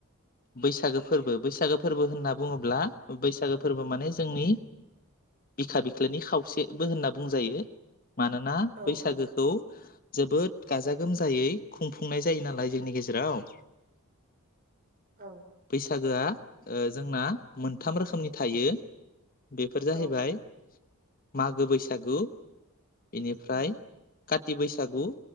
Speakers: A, on the left (about 40°); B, on the right (about 40°).
A: बैसागो फोरबो बैसागो फोरबो होनना बुङोब्ला बैसागो फोरबो माने जोंनि बिखा बि ख्लोनि खावसेबो होनना बुंजायो मानोना
B: औ
A: बैसागोखौ
B: औ
A: जोबोद गाजा गोमजायै। खुंफुंनाय जायो नालाय जोंनि गेजेराव।
B: औ।
A: बैसागोआ ओ जोंना मोनथाम रोखोमनि थायो बेफोर जाहैबाय
B: औ
A: मागो बैसागु बेनिफ्राय
B: उम
A: काथि बैसागु